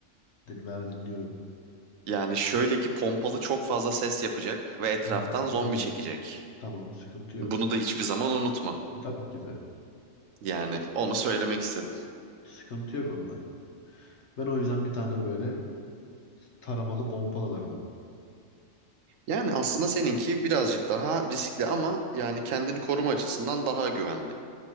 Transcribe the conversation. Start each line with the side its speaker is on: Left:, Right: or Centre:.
Left: Dinler dinliyorum.
Right: Yani şöyle ki pompalı çok fazla ses yapacak ve etraftan
Left: Yapar.
Right: zombi
Left: Evet.
Right: çekecek.
Left: Tamam. Sıkıntı yok.
Right: Bunu da hiçbir zaman unutma.
Left: E, tabii ki de.
Right: Yani onu söylemek istedim.
Left: Sıkıntı yok onda. Ben o yüzden bir tane böyle taramalı pompalı alırdım.
Right: Yani aslında seninki birazcık daha riskli ama yani kendini koruma açısından daha güvenli.